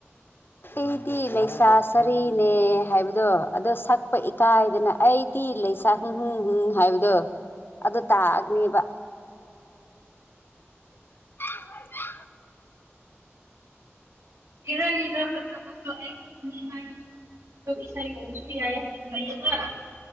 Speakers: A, on the left; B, on the right.
A: ꯑꯩꯗꯤ ꯂꯩꯁꯥ ꯁꯔꯤꯅꯦ ꯍꯥꯏꯕꯗꯣ ꯑꯗꯣ ꯁꯛꯄ ꯏꯀꯥꯏꯗꯅ ꯑꯩꯗꯤ ꯂꯩꯁꯥ ꯍꯥꯏꯕꯗꯣ ꯑꯗꯨ ꯇꯥꯛꯑꯒꯅꯦꯕ <inaudible>
B: ꯍꯔ ꯐ ꯍꯥꯏ ꯣ ꯏꯁꯥꯥꯏ ꯀꯣꯁꯨ ꯌꯥꯏ ꯏꯟ ꯂꯩꯌꯦꯗ